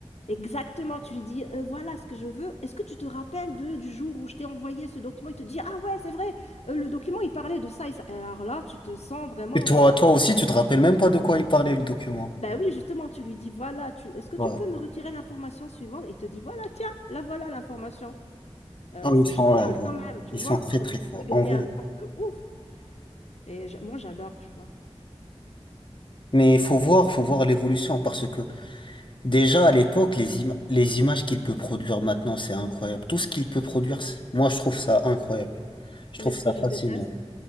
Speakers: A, on the left; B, on the left.
A: Exactement, tu lui dis, Euh, voilà ce que je veux. Est-ce que tu te rappelles de, du jour où je t'ai envoyé ce document? Il te dit, ah ouais, c'est vrai, euh, le document, il parlait de ça, et ça. Alors là, tu te sens vraiment...
B: Et toi,
A: euh,
B: toi aussi, tu te rappelles même pas de quoi il parlait, le document.
A: Ben oui, justement, tu lui dis, voilà, tu... est-ce que
B: Ouais.
A: tu peux me retirer l'information suivante? Il te dit, voilà, tiens, là voilà l'information. Euh,
B: Non, ils
A: c'est
B: sont,
A: génial
B: ouais, ouais.
A: quand même, tu
B: Ils
A: vois.
B: sont très,
A: Ça
B: très
A: te
B: forts,
A: fait gagner
B: en vrai.
A: un temps de ouf. Et j- moi, j'adore, tu vois.
B: Mais il faut voir, faut voir l'évolution, parce que Déjà, à l'époque, les, im- les images qu'il peut produire maintenant, c'est incroyable. Tout ce qu'il peut produire, c'est- moi, je trouve ça incroyable. Je trouve
A: Mais ce
B: ça
A: que je
B: fascinant.
A: déteste,